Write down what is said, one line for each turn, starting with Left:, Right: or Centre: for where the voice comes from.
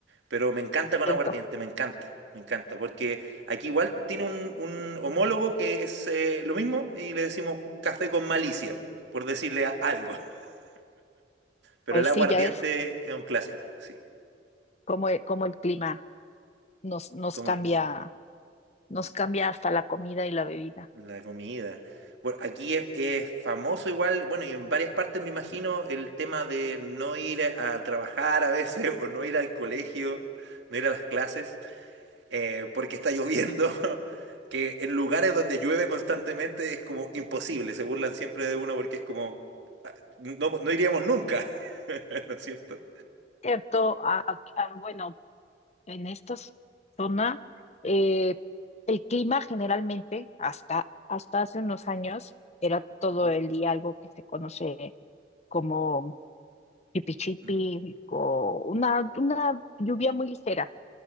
Right: Pero me encanta con
Left: ¿cierto?
Right: aguardiente, me encanta, me encanta, porque aquí igual tiene un, un homólogo que es eh, lo mismo y le decimos café con malicia, por decirle a- algo. <laughs> Pero
Left: Pues
Right: el aguardiente
Left: sí, ya ves
Right: es un clásico, sí,
Left: cómo, e- cómo el clima nos, nos
Right: como
Left: cambia,
Right: el clima,
Left: nos cambia hasta la comida y la bebida.
Right: la comida. Bueno, aquí es, es famoso igual, bueno, y en varias partes me imagino el tema de no ir a trabajar a veces <laughs> o no ir al colegio, no ir a las clases. eh, porque está lloviendo, <laughs> que en lugares donde llueve constantemente es como imposible, se burlan siempre de uno porque es como, ah, no, no iríamos nunca, <laughs> ¿no es cierto?
Left: Cierto, a- a- bueno, en esta zona eh, el clima generalmente hasta, hasta hace unos años era todo
Right: Ujú,
Left: el día algo que se conoce como chipi
Right: ujú.
Left: o una, una lluvia muy ligera,